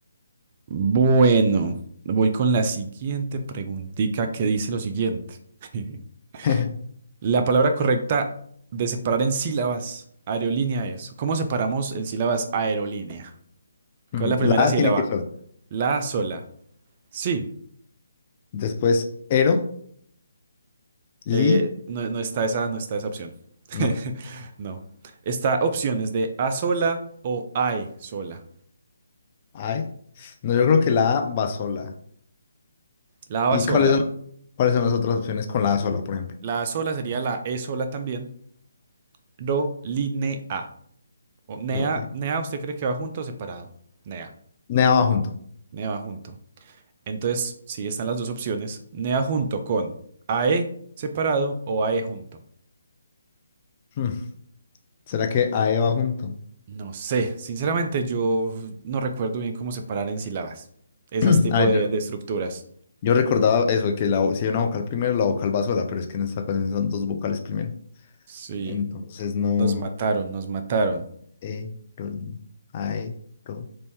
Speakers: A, on the right; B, on the left.
A: Bueno, voy con la siguiente preguntica que dice lo siguiente. <laughs>
B: <laughs>
A: La palabra correcta de separar en sílabas, aerolínea es. ¿Cómo separamos en sílabas aerolínea?
B: Mm,
A: ¿Cuál es la primera
B: La A
A: sílaba?
B: tiene que ir sola.
A: La sola. Sí,
B: Después, Ero,
A: eh,
B: Li,
A: no, no está esa, no está esa opción.
B: no,
A: <laughs> No. Está opciones de A sola o AE sola.
B: Ae. No, yo creo que la A va sola.
A: La A
B: ¿Y
A: va sola.
B: cuáles son, cuáles son las otras opciones con la A sola, por ejemplo?
A: La A sola sería la E sola también. Ro, line, A. O Nea,
B: Ro- Li-
A: Nea, ¿usted cree que va junto o separado? Nea,
B: Nea va junto.
A: Nea va junto. Entonces, sí, están las dos opciones. Nea junto con AE separado o AE junto.
B: Hmm, ¿Será que AE va junto?
A: No sé, sinceramente yo no recuerdo bien cómo separar en sílabas.
B: <clears throat>
A: Esas tipo
B: A ver,
A: de,
B: yo,
A: de estructuras.
B: yo recordaba eso, de que la, vo- si hay una vocal primero, la vocal va sola, pero es que en esta ocasión son dos vocales primero.
A: Sí,
B: Entonces, no.
A: nos mataron, nos mataron.
B: Aeron, aero,